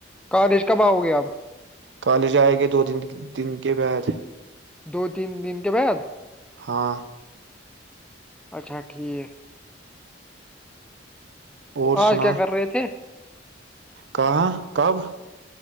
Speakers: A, in the centre; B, on the right.
A: الج کب آؤ گے آپ
B: کالج آئے گے دو دن دن کے بعد
A: دو تین دن کے بعد
B: ہاں
A: اچھا ٹھیک
B: اور
A: آج
B: سنا
A: کیا کر رہے تھے
B: کہاں کب